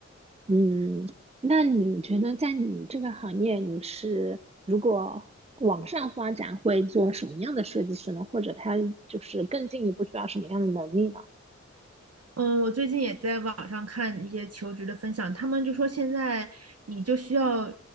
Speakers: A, on the right; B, on the right.
A: 嗯，那你觉得在你这个行业，你是如果往上发展会做什么样的设计师呢？或者他就是更进一步需要什么样的能力呢？
B: 嗯，我最近也在网上看一些求职的分享，他们就说现在你就需要